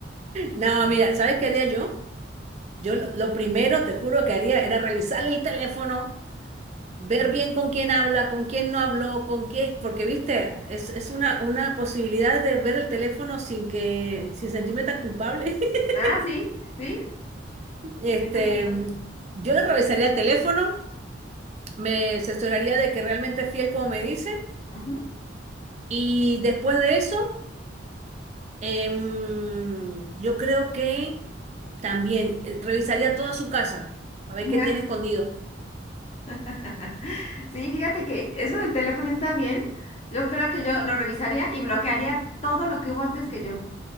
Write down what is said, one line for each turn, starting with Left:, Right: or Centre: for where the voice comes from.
Right: No, mira, ¿sabes qué haría yo? Yo lo, lo primero, te juro que haría era revisar el teléfono, ver bien con quién habla, con quién no habló, con qué, porque viste, es, es una, una posibilidad de ver el teléfono sin que, sin sentirme tan culpable. <laughs>
Left: Ah, sí, sí,
Right: Este,
Left: tienes razón.
Right: yo le revisaría el teléfono. me asesoraría de que realmente es fiel como me dice.
Left: Ujú.
Right: Y después de eso, em, yo creo que también eh, revisaría toda su casa para
Left: Ajá.
Right: ver qué tiene escondido,
Left: <laughs> Sí, fíjate que eso del teléfono está bien. Yo creo que yo lo revisaría y bloquearía todo lo que hubo antes que yo.